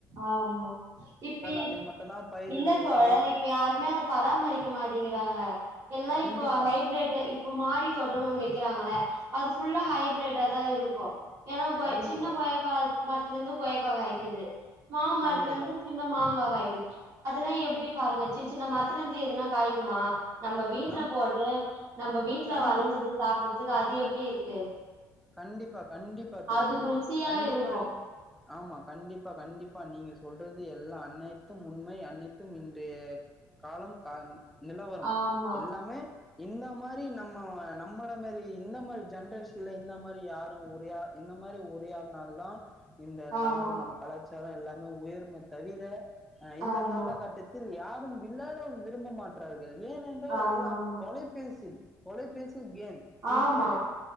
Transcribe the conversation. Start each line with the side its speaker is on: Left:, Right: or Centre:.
Right: ஆமா இப்ப
Centre: அதை மட்டும் தான் பயிரிடுகிறார்கள்.
Right: இல்ல தோழர் இப்ப யாருமே அத பராமரிக்க மாட்டேங்கிறாங்க எல்லா
Centre: கண்டிப்பா,
Right: இப்போ ஹைப்ரேட் இப்ப மாடி தோட்டோனு ஒண்ணு வக்கிறாங்கள அது ஃபுல்லா ஹைப்ரேடாதா இருக்கு ஏனா கொயா
Centre: கண்டிப்பா,
Right: சின்ன கொயாக்கா மரத்துலருந்து கொயாக்கா காய்க்குது மாமரத்துலருந்து
Centre: கண்டிப்பா.
Right: சின்ன மாங்கா காய்க்குது அதெலா எப்டி பாருங்க சின்ன சின்ன மரத் துலருந்து எதுனா காய்க்குமா நம்ம வீட்டுல
Centre: நம்
Right: போட்டு நம்ம வீட்டுல
Centre: கண்டிப்
Right: வளைஞ்சத சாப்ட்டு <unintelligible> அது எப்டி இருக்கு
Centre: கண்டிப்பா கண்டிப்பா தோழி
Right: அது ருசியா
Centre: கண்டிப்பா
Right: இருக்கு
Centre: ஆமா கண்டிப்பா கண்டிப் பா நீங்க சொல்றது எல்லா அனைத்தும் உண்மை அனைத்தும் இன்றைய காலம் கா நிலவரம்
Right: ஆமா
Centre: எல்லாமே இந்த மாரி நம்ம நம்மள மாரி இந்த மாரி ஜென்ரேஷன்ல இந்த மாரி யாரு உரியா இந்த மாரி உரயாட்னால் தா இந்த
Right: ஆமா
Centre: நாடு நம்ம கலாச்சாரோ எல்லா னு உயர்மே தவிர ஆ இந்த
Right: ஆமா
Centre: காலகட்டத்தில் யார் வில்லாட விரும்ப மாற்றார் கள் ஏனனென்றால்
Right: ஆமா
Centre: எல்லாம்
Right: ஆமா
Centre: தொலைபேசி தொலைப்பேஸ் கேம் பிரி
Right: ஆமா
Centre: ஃபயர்